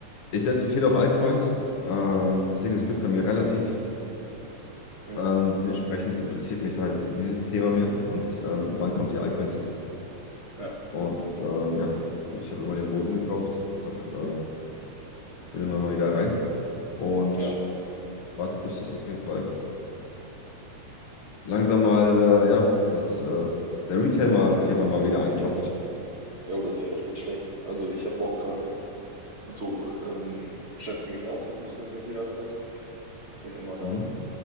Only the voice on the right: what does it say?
hm.
Ja,
ja.
Jo, das wäre echt nicht schlecht. Also ich habe auch gerade So, ähm, beschäftige mich auch so ein bisschen hin und wieder damit bin immer da